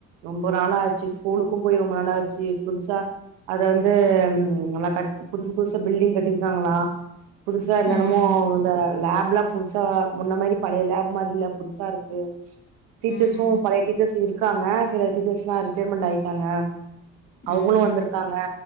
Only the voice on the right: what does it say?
ரொம்ப நாள் ஆச்சு
ஊருக்கு போய் ரொம்ப நாள்ளாச்சு புதுசா அது வந்து நல்லா கட் புதுசு புதுசா பில்டிங் கட்டிருக்காங்களா புதுசா என்னன்னமோ
வந்த லேப்லா புதுசா முன்ன மாதிரி பழைய லேப் மாதிரி இல்ல புதுசா இருக்கு டீச்சர்ஸும்
பழைய டீச்சர்ஸ் இருக்காங்க சில டீச்சர்ஸ்லா ரிட்டய்ர்மென்ட் ங்க அவங்களு
வந்திருக்காங்க